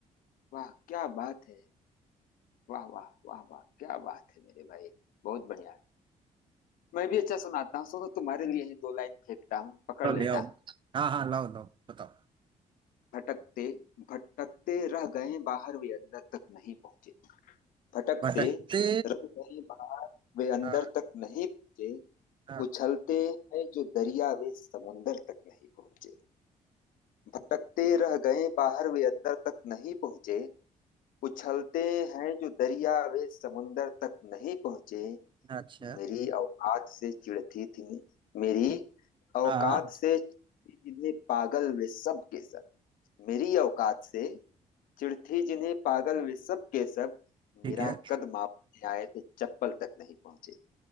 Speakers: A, on the left; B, on the right.
A: वाह क्या बात है वाह वाह वाह वाह क्या बात है मेरे भाई बहुत बढ़िया मैं भी अच्छा सुनाता हूँ सुनो तुम्हारे लिए ही दो लाइन फेंकता हूँ पकड़
B: चलो
A: लेना
B: ले आओ हाँ हाँ लाओ लाओ बताओ
A: भटकते भटकते रह गए बाहर वे अंदर तक नहीं पहुंचे भटकते
B: भटकते
A: रह गए बाहर वे अंदर
B: हाँ,
A: तक नहीं पहुंचे
B: हाँ,
A: उछलते हैं जो दरिया वे समुंदर तक नहीं पहुंचे भटकते रह गए बाहर वे अंदर तक नहीं पहुंचे उछलते हैं जो दरिया वे समुंदर तक नहीं पहुंचे
B: अच्छा
A: मेरी औकात से चिढ़ती थी मेरी औकात
B: हाँ
A: से जिन्हें पागल वे सब के सब मेरी औकात से चिड़थी जिन्हें पागल वे सब के सब
B: ठीक
A: मेरा
B: है
A: कद मापने आए थे चप्पल तक नहीं पहुंचे